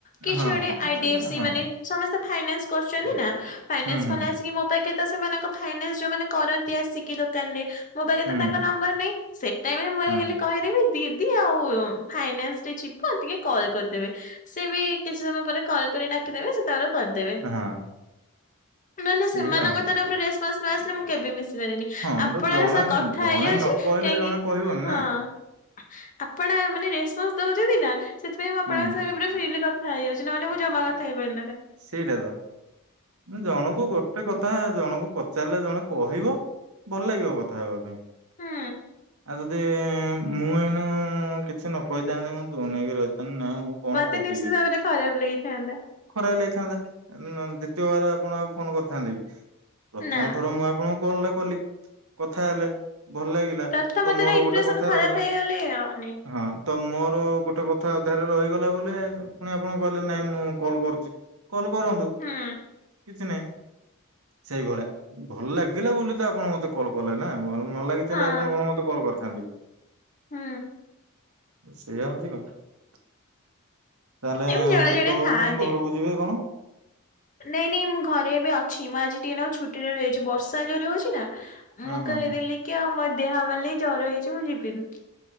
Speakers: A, on the left (about 35°); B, on the right (about 75°).
A: କିଛି
B: ହଁ
A: ଗୋଟେ
B: ହଁ
A: ଆଇଡିଏଫ୍
B: ସେଟା
A: ସି
B: ହଁ
A: ମାନେ ସମସ୍ତେ ଫାଇନାନ୍ସ କରଛନ୍ତି ନା ଫାଇନାନ୍ସ
B: ହୁଁ ହୁଁ
A: କଲେ ଆସିକି ମୋ ପା <inaudible> ସେମାନଙ୍କ ଫାଇନ୍ସ ଯୋଉ ମାନେ କରନ୍ ଆସିକି ଦୋକାନ ରେ ମୋ ପାଖରେ
B: ହୁଁ
A: ତ ତାଙ୍କ ନମ୍ବର ନହିଁ ସେଟାଇମରେ ମୁଁ
B: ହଁ
A: ହେଇଗଲି କହିଦେବି ଦିଦି ଆଉ ଫାଇନାନ୍ସରେ ଯିବ ଆଉ ଟିକେ କଲ୍ କରିଦେବେ ସେବି କିଛି ସମୟ ପରେ କରି ଡାକିଦେବେ ସେ ତାଙ୍କର କରିଦେବେ
B: ହଁ
A: ନହେଲେ
B: ସେଇଆ
A: ସେମାନଙ୍କ ତରଫରୁ ରେସ ସ୍ପନ୍ସ ନଆସିଲେ ମୁଁ କେବେ ମିଶି ପାରେନି
B: ହଁ
A: ଆପଣଙ୍କ
B: ତ ଜଣେ
A: ସହ କଥା
B: ଜଣେ
A: ହେଇଯାଉଛି
B: ନ କହିଲେ
A: କାହିଁକି
B: ଜଣେ କହିବନି
A: ହଁ।
B: ନା
A: ଆପଣ ମାନେ ରେସପନ୍ସ ଦଉଛନ୍ତି ନା ସେଥିପାଇଁ ମୁଁ ଆପଣଙ୍କ
B: ହୁଁ
A: ସହ ଫ୍ରିଲି କ କଥାଯାଉଛି ନ ହେଲେ ମୁଁ ଜମା କଥା ହେଇ ପାରି
B: ସେଇଟା ତ ମୁଁ ଜଣକୁ ଗୋଟେ ଗୋଟେ କଥା ଜଣଙ୍କୁ ପଚାରିଲେ ଜଣେ କହିବ ଭଲ ଲାଗିବ କଥା ହେବା ପାଇଁ।
A: ହୁଁ
B: ଯଦି ମୁଁ ଏଇନୁ କିଛି ନ କହିଥାନ୍ତି ମୁଁ ତୁନି ହେଇକି ରହିଥାନ୍ତି ନା ମୁଁ କଣ
A: ମତେ
B: କହିବି
A: ନିଶ୍ଚିତ ଭାବରେ ଖରାପ ଲାଗିଥାନ୍ତା
B: ତ ଲେଇ ଥାନ୍ତା ନ ଦ୍ଵିତୀୟବାର ଆପଣ ଆଉ ଫୋନ କରିଥାନ୍ତେ କି ପ୍ରଥମ
A: ନା।
B: ଥର ମୁଁ ଆପଣଙ୍କୁ କଲ୍ ଟା କଲି କଥା ହେଲେ ଭଲ ଲାଗିଲା
A: ପ୍ରଥମ
B: ତ
A: ଥର
B: ମୋର
A: ଇମ୍ପ୍ରେସନ
B: ଗୋଟେ କଥା
A: ଖରାପ
B: ରହିଲା
A: ହେଇଗଲେ ଅନେକ
B: ହଁ। ତ ମୋର ଗୋଟେ କଥା ଅଧାରେରେ ରହିଗଲା ବୋଲି ଆଜି ଫୁଣି ଆପଣଙ୍କୁ କହିଲେ ନାଇଁ ମୁଁ କଲ୍ କରୁଚି କଲ୍ କରନ୍ତୁ
A: ହୁଁ
B: କିଛି ନାହିଁ। ସେଇଭଳିଆ ଭଲ ଲାଗିଲା ବୋଲି ତ ଆପଣ ମତେ କଲ୍ କଲେ ନା ଭଲ ନ ନ ଲାଗିଥିଲେ
A: ହଁ।
B: ଆପଣ କଣ ମତେ କଲ୍ କରିଥାନ୍ତି କି?
A: ହୁଁ।
B: ସେଇଆ ହଉଛି କଥା ତାହେଲେ
A: ଏମିତି ଜଣେ
B: କେତେବେଳକୁୁ
A: ଜଣେ ଥାଆନ୍ତି।
B: ଫୁଣି ଘରକୁ ଯିବେ କଣ
A: ନାଇଁ ନାଇଁ ମୁଁ ଘରେ ଏବେ ଅଛି ମ ଆଜି ଟିକେ ନାଗୁ ଛୁଟିରେ ରହିଛି ବର୍ଷା ଜୋରରେ ହଉଛି ନା
B: ହଁ
A: ମୁଁ
B: ହଁ
A: କହିଦେଲି
B: ହଁ।
A: କି ଆଉ ମୋର ଦେହ ଭଲ ନାହିଁ ଜର ହେଇଛି ମୁଁ ଯିବିିନି।